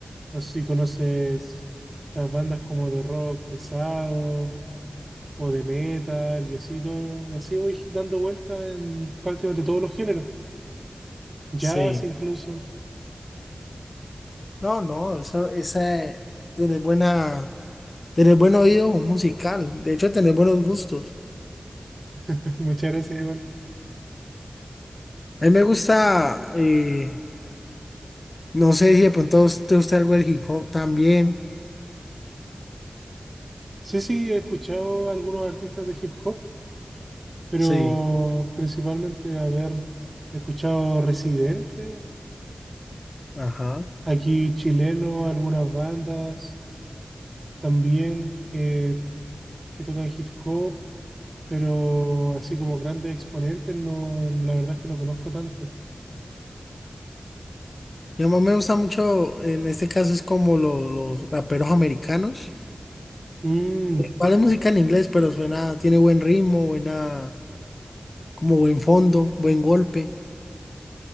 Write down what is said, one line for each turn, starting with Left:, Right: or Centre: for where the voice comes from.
Right: no sé si conoces estas bandas como de rock pesado o de metal y así todo, así voy dando vueltas en prácticamente todos los géneros, jazz
Left: sí.
Right: incluso,
Left: No, no, eso, esa tiene buena. Tener buen oído musical, de hecho, tener buenos gustos.
Right: <laughs> muchas gracias igual.
Left: A mí me gusta, eh, no sé si de pronto te gusta algo del hip hop también.
Right: Sí, sí, he escuchado algunos artistas de hip hop, pero
Left: Sí,
Right: principalmente haber escuchado Residente,
Left: ajá.
Right: aquí chileno, algunas bandas. también que, que tocan hip hop, pero así como grandes exponentes, no, la verdad es que no conozco tanto.
Left: Y a mí me gusta mucho, en este caso es como lo- los raperos americanos.
Right: Mm,
Left: Vale música en inglés, pero suena, tiene buen ritmo, buena, como buen fondo, buen golpe.